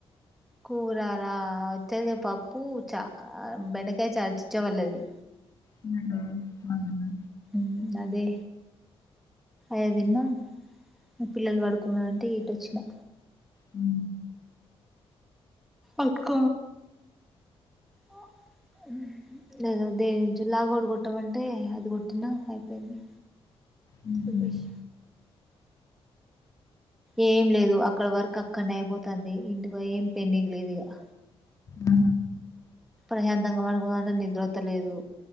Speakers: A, in the centre; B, on the left.
A: కూరార వచ్చరిగా పప్పు చ బెండకాయ చచచ్చే వల్లది
B: ఊ అవునా
A: ఊ అదే ఏ దిన్నం ఈ పిల్లలు పడుకున్నా అంటే ఇటు వచ్చినా
B: ఊ
A: అక్క ఆ ఉమ్ లే దేంచి లాగోట్ కొట్టమంటే అది కొట్టినా అయిపోయింది
B: ఉమ్,
A: విందుష్ ఏం లేదు అక్కడ వర్క్ అక్కడనే అయిపోతంది ఇంటికి ఓయి ఏం పెండింగ్ లేదు ఇక
B: ఆ
A: ప్రశాంతంగా వాడుకుందాం అంటే నిద్రతలేదు